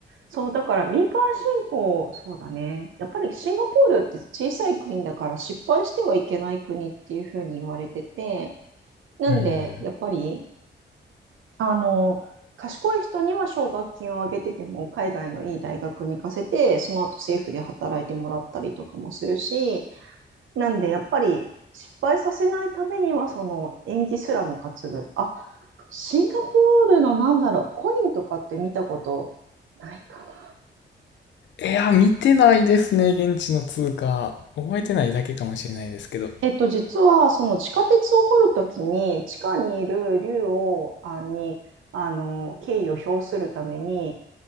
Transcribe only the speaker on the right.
そう、だから民間信仰、そうだね。やっぱりシンガポールって小さい国だから失敗してはいけない国っていうふうに言われてて、なんで、
やっぱり、あの、賢い人には奨学金をあげてても、海外のいい大学に行かせて、その後政府で働いてもらったりとかもするし、なんでやっぱり失敗させないためには、その縁起すらも担ぐ。あ、シンガポールのなんだろう、コインとかって見たことないかな。
えっと、実はその地下鉄を掘るときに、地下にいる竜をあに、あの、敬意を表するために、